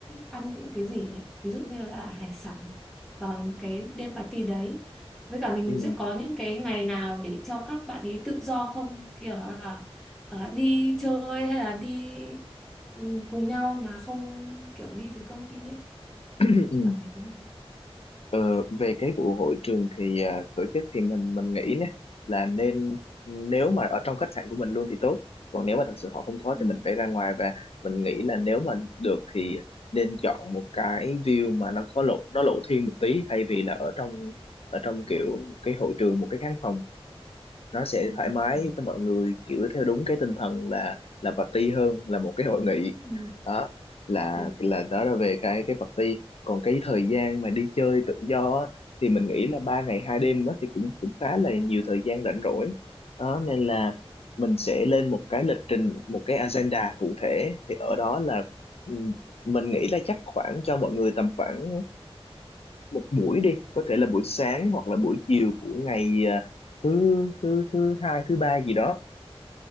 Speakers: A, in the centre; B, on the left (about 70°).
A: ăn những cái gì nhỉ ví dụ như là hải sản vào cái đêm party đấy với cả mình
B: Ừ.
A: sẽ có những cái ngày nào để cho các bạn ấy tự do không kiểu là ờ, đi chơi hay là đi ừ, cùng nhau mà không kiểu đi với công ty ấy
B: <clears throat>
A: thì bạn ấy có hợp lý
B: Ờ, về cái vụ hội trường thì à, tổ chức thì mình mình nghĩ nè là nên nếu mà ở trong khách sạn của mình luôn thì tốt còn nếu mà thật sự họ không có
A: ừ.
B: thì mình phải ra ngoài và mình nghĩ là nếu mà được thì nên chọn một cái view mà nó có lộ nó lộ thiên một tí thay vì là ở trong ở trong kiểu một cái hội trường một cái khán phòng nó sẽ
A: ừ,
B: thoải
A: ừ,
B: mái
A: ừ.
B: cho mọi người kiểu theo đúng cái tinh thần là là party hơn là một cái hội nghị
A: Ừ.
B: đó là
A: Ừ.
B: là đó là về cái cái party còn cái thời gian mà đi chơi tự do á, thì mình nghĩ là ba ngày hai đêm đó thì cũng cũng khá là nhiều thời gian rảnh rỗi đó nên là mình sẽ lên một cái lịch trình một cái agenda cụ thể thì ở đó là ừ, mình nghĩ là chắc khoảng cho mọi người tầm khoảng một buổi đi có thể là buổi sáng hoặc là buổi chiều của ngày à, thứ thứ thứ hai thứ ba gì đó